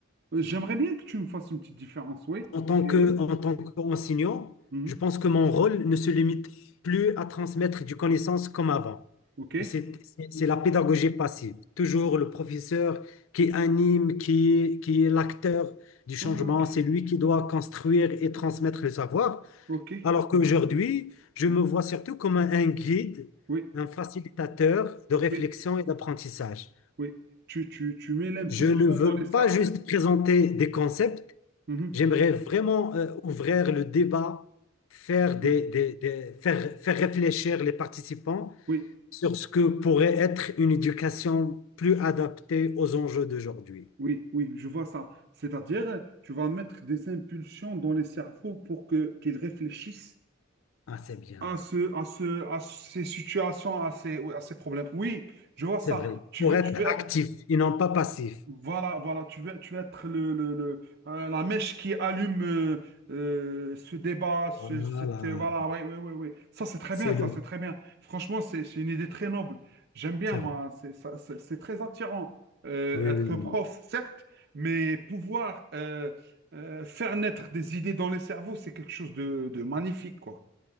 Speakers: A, on the right; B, on the left.
A: Euh, J'aimerais bien que tu me fasses une petite différence, oui.
B: En tant
A: C'est
B: que,
A: oui.
B: en tant qu'enseignant,
A: Mhm.
B: je pense que mon rôle ne se limite plus à transmettre du connaissance comme avant.
A: OK?
B: Et C'est c'est- c'est la pédagogie passive. Toujours le professeur qui anime, qui est, qui est l'acteur du changement.
A: Ok.
B: C'est lui qui doit construire et transmettre le savoir.
A: Ok.
B: Alors qu'aujourd'hui, je
A: Oui,
B: me vois surtout comme un un guide,
A: oui,
B: un facilitateur de réflexion
A: oui.
B: et d'apprentissage.
A: oui. Tu, tu, tu mets l'impulsion
B: Je ne veux
A: dans les cerveaux.
B: pas juste présenter des concepts,
A: Mhm.
B: J'aimerais vraiment euh, ouvrir le débat, faire, des,
A: Oui,
B: des- des- faire, faire réfléchir les participants
A: oui,
B: sur ce que pourrait être une éducation plus adaptée aux enjeux d'aujourd'hui.
A: oui, oui, je vois ça. C'est-à-dire, tu vas mettre des impulsions dans les cerveaux pour que qu'ils réfléchissent
B: Ah, c'est bien,
A: à ce, à ce, à ces situations, à ces, oui, à ces problèmes. Oui, je vois
B: c'est
A: ça.
B: vrai.
A: Tu
B: Pour
A: veux,
B: être
A: tu veux être
B: actif et non pas passif.
A: Voilà, voilà, tu veux, tu veux être le, le- le- euh, la mèche qui allume euh, euh, ce débat, ce,
B: Voilà,
A: cette, euh, voilà, oui, oui, oui, oui. Ça, c'est très
B: c'est
A: bien, ça,
B: le,
A: c'est très bien. Franchement, c'est c'est une idée très noble. J'aime bien,
B: c'est
A: moi,
B: vrai.
A: c'est ça- c'est- c'est très attirant. Euh,
B: Oui,
A: être
B: oui, oui.
A: prof, certes, mais pouvoir euh, euh, faire naître des idées dans les cerveaux, c'est quelque chose de, de magnifique, quoi.